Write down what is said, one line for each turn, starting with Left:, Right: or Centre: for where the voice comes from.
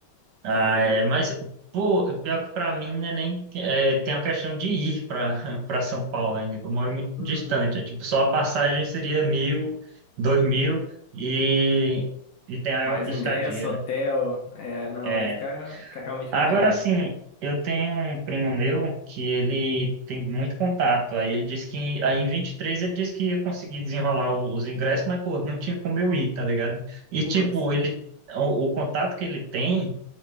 Right: Ah,
Left: Aí,
Right: é, mas, pô, pior que pra mim, né, nem é, tem a questão de ir pra, <laughs> pra São Paulo ainda, que eu moro muito
Left: hum,
Right: distante. É, tipo, só a passagem seria mil, dois mil e, e tem a
Left: mais
Right: estadia,
Left: ingresso, hotel,
Right: né?
Left: é, não,
Right: É,
Left: aí fica, fica realmente
Right: Agora
Left: uma viagem.
Right: sim, eu tenho um primo meu que ele tem muito contato. Aí ele disse que, aí em 23 ele disse que ia conseguir desenrolar o- os ingressos, mas pô, não tinha como eu ir, tá ligado? E
Left: Putz,
Right: tipo, ele, o, o contato que ele tem